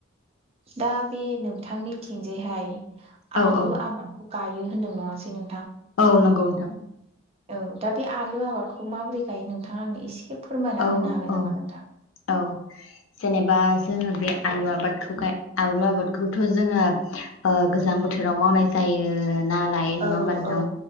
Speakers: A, on the right (about 30°); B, on the left (about 80°).
A: दा बे नोंथांनिथिंजायहाय
B: औ
A: आलु
B: औ
A: आबादखौ गायो होनदों नङासै नों
B: औ नंगौ नोंथां
A: औ दा बे आलु आबादखौ माबोरै गायो नोंथाङा आंनो एसे फोरमायना
B: औ
A: होनो हागोन
B: औ
A: नामा नोंथां
B: औ जेने बा जोङो बे आलु आबादखौ गाय आलु आबादखौथ' जोङो ओ गोजां बोथोराव माव मावनाय जायो नालाय नङा
A: औ
B: होनबा नोंथां?
A: औ